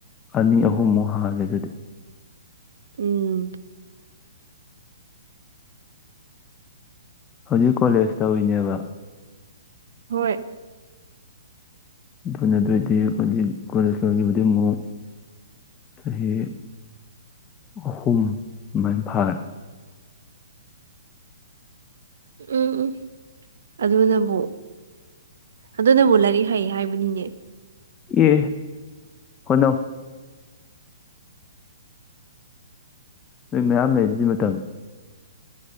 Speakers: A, on the left; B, on the right.
A: ꯑꯅꯤ ꯑꯍꯨꯝꯃꯨꯛ ꯍꯥꯡꯂꯦ ꯑꯗꯨꯗꯤ
B: ꯎꯝ
A: ꯍꯧꯖꯤꯛ ꯀꯣꯂꯦꯖ ꯇꯧꯔꯤꯅꯦꯕ
B: ꯍꯣꯏ
A: ꯑꯗꯨꯅ ꯑꯗꯨꯑꯣꯏꯗꯤ ꯍꯧꯖꯤꯛ ꯀꯣꯂꯦꯖ ꯂꯧꯒꯤꯕꯨꯗꯤ ꯑꯃꯨꯛ ꯍꯦ ꯑꯍꯨꯝ ꯃꯥꯏꯚꯥꯔ
B: ꯎꯝ ꯎꯝ ꯑꯗꯅ ꯄꯣ ꯑꯗꯨꯅꯕꯨ ꯂꯥꯏꯔꯤꯛ ꯍꯩ ꯍꯥꯏꯕꯅꯤꯅꯦ
A: ꯌꯦ ꯍꯅꯣ ꯅꯣꯏ ꯃꯌꯥꯝ ꯂꯩꯔꯤꯗꯤ ꯃꯇꯝ